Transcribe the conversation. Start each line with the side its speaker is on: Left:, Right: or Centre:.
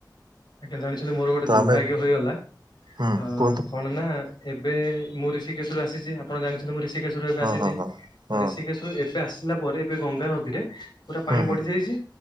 Left: ଆଜ୍ଞା ଜାଣିଛନ୍ତି ମୋର ଗୋଟେ
Right: ତ
Left: ଦୁର୍ଭାଗ୍ୟ
Right: ଆମେ
Left: ହେଇଗଲା
Right: ହୁଁ
Left: ଉଁ
Right: କୁହନ୍ତୁ
Left: କଣ ନା ଏବେ ମୁଁ ଋଷିକେଶ ରୁ ଆସିଛି ଆପଣ ଜାଣିଛନ୍ତି ମୁଁ ଋଷିକେଶ ରୁ ଏବେ
Right: ହଁ
Left: ଆସିଛି।
Right: ହଁ ହଁ।
Left: ତ
Right: ହଁ
Left: ଋଷିକେଶରୁ ଏବେ ଆସିଲା ପରେ ଏବେ ଗଙ୍ଗା ନଦୀରେ ପୁରା ପାଣି
Right: ହୁଁ ହୁଁ
Left: ବଢି ଯାଇଛି